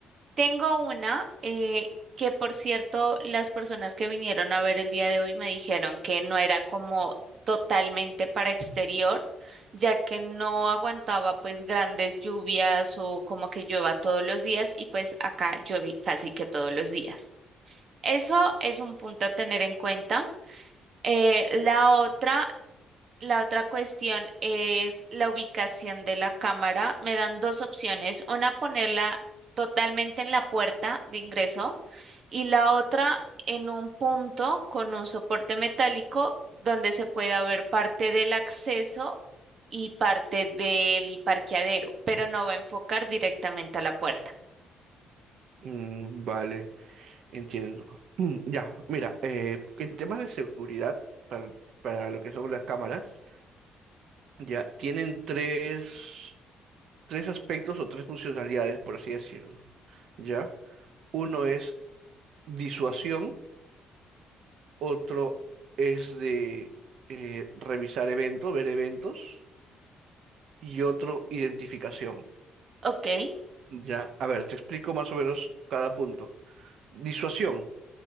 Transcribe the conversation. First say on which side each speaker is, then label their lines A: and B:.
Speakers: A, on the right (about 55°); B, on the right (about 70°).
A: Tengo una eh, que, por cierto, las personas que vinieron a ver el día de hoy me dijeron que no era como totalmente para exterior, ya que no aguantaba pues grandes lluvias o como que llueva todos los días y pues acá llueve casi que todos los días. Eso es un punto a tener en cuenta. Eh, la otra, la otra cuestión es la ubicación de la cámara. Me dan dos opciones. Una, ponerla totalmente en la puerta de ingreso y la otra en un punto con un soporte metálico donde se pueda ver parte del acceso y parte del parqueadero, pero no va a enfocar directamente a la puerta.
B: Mm, vale. Entiendo. <clears throat> Ya, mira, eh, en temas de seguridad, para, para lo que son las cámaras, ya tienen tres, tres aspectos o tres funcionalidades, por así decirlo. ¿Ya? Uno es disuasión, otro es de eh, revisar eventos, ver eventos, y otro identificación.
A: Ok,
B: ¿Ya? A ver, te explico más o menos cada punto. Disuasión.